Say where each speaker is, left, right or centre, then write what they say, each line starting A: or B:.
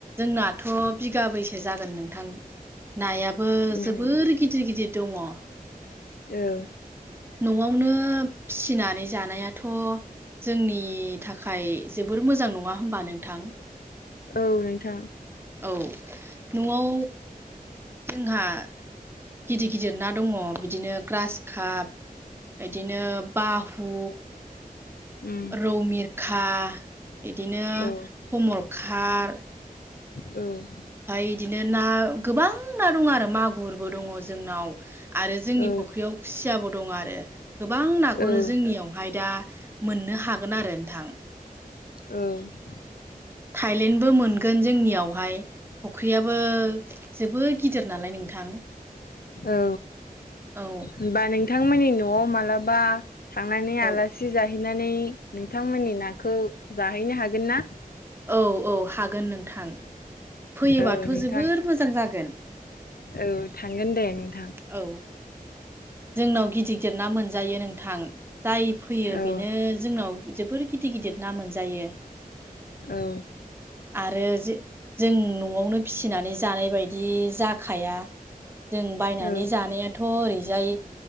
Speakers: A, on the right (about 15°); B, on the left (about 80°).
A: जोंनाथ' बिगाब्रैसो जागोन नोंथां नायाबो
B: उम
A: जोबोर गिदिर गिदिर दङ
B: औ
A: न'आवनो फिसिनानै जानायाथ' जोंनि थाखाय जोबोर मोजां नङा होमबा नोंथां
B: औ नोंथां
A: औ न'आव जोंहा गिदिर गिदिर ना दङ बिदिनो ग्रास काप बिदिनो बाहु
B: उम
A: रौमिरखा बिदिनो
B: औ
A: कमलखाट
B: औ
A: ओमफ्राय बिदिनो ना गोबां ना दङ आरो मागुरबो दङ जोंनाव आरो जोंनि
B: औ
A: फख्रियाव खुसियाबो दं आरो गोबां नाखौनो
B: औ
A: जोंनियावहाय दा मोननो हागोन आरो नोंथां
B: औ
A: थायलेण्डबो मोनगोन जोंनियावहाय फुख्रियाबो जोबोद गिदिर नालाय नोंथां
B: औ
A: औ
B: होमबा नोंथांमोननि न'आव मालाबा थांनानै
A: औ
B: आलासि जाहैनानै नोंथांमोननि ना खौ जाहैनो हागोन ना
A: औ औ हागोन नोंथां फैयोबाथ'
B: औ नोंथां
A: जोबोर मोजां जागोन
B: औ थांगोन दे नों
A: औ जोंनाव गिदिर गिदिर ना मोनजायो नोंथां जाय फैयो
B: औ
A: बेनो जोंनाव जोबोर गिदिर गिदिर ना मोनजायो
B: औ
A: आरो जि जों न'आवनो फिसिनानै जानाय बायदि जाखाया जों बायनानै
B: औ
A: जानायाथ' ओरै जाय